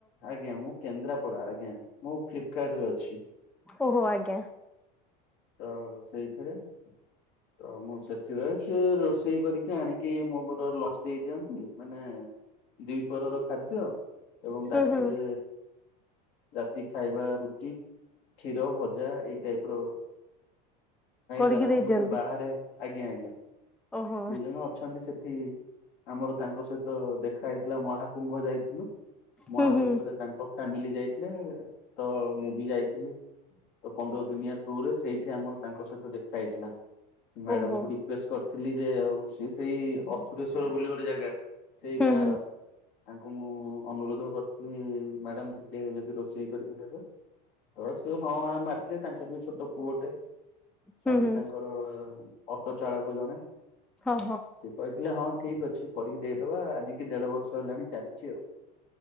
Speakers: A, on the left; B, in the centre.
A: ଆଜ୍ଞା ମୁଁ କେନ୍ଦ୍ରାପଡା ଆଜ୍ଞା ମୁଁ ଫ୍ଲିପକାର୍ଟ ରେ ଅଛି।
B: ଓହୋ ଆଜ୍ଞା
A: ହ ସେଇଥିରେ ତ ମୁଁ ସେଠି ରହେ - ରୋଷେଇ କରିକି ଆଣିକି ମୋର ଲଞ୍ଚ ଦେଇ ଦିଅନ୍ତି ମାନେ ଦିପହରର ଖାଦ୍ୟ ଏବଂ ରାତି
B: ହୁଁ ହୁଁ
A: ରାତିରେ ରାତି ଖାଇବା ରୁଟି କ୍ଷୀର ଭଜା ଏଇ ଟାଇପର
B: କରିକି
A: କାରଣ
B: ଦେଇ
A: ମୁଁ
B: ଦିଅନ୍ତି।
A: ତ ବାହାରେ ଆଜ୍ଞା ଆଜ୍ଞା
B: ଓହୋ
A: ସେ ଜଣେ ଅଛନ୍ତି ସେଠି ଆମର ତାଙ୍କ ସହିତ ଦେଖା ହେଇଥିଲା ମହାକୁମ୍ଭ ଯାଇଥିଲୁ। ମହାକୁମ୍ଭରେ
B: ହୁଁ ହୁଁ
A: ତାଙ୍କ ଫ୍ୟାମିଲି ଯାଇଥିଲେ ତ ମୁଁ ବି ଯାଇଥିଲି ତ ପନ୍ଦର ଦିନିଆ ଟୁର୍ରେ ସେଇଠି ଆମର ତାଙ୍କ ସହିତ ଦେଖା ହେଇଥିଲା ସେ ମ୍ୟାଡମକୁ
B: ଓହୋ
A: ରିକ୍ୱଷ୍ଟ କରି ଥିଲି ଯେ ଆଉ ସିଏ ସେଇ ଅସୁରେଶ୍ଵର ବୋଲି ଗୋଟେ ଜାଗା ସେଇ
B: ହୁଁ
A: ଗାଁ
B: ହୁଁ
A: ର ତାଙ୍କୁ ମୁଁ ଅନୁରୋଧ କର ଲି ମ୍ୟାଡାମ ଟିକେ ଯଦି ରୋଷେଇ କରିକି ଦେବେ ତ ସେ ହଁ ହଁ ମାରିଥିଲେ ତାଙ୍କର ବି ଛୋଟ ପୁଅଟେ ସ୍ଵାମୀ
B: ହୁଁ ହୁଁ
A: ତାଙ୍କର ଅଟୋ ଚାଳକ ଜଣେ
B: ହଁ ହଁ
A: ସେ କହିଥିଲେ ହଁ ଠିକ ଅଛ ଛି କରିକି ଦେଇଦବା ଆଜିିକି ଦେଢ ବର୍ଷ ହେଲାଣି ଚାଲିଚି ଆଉ।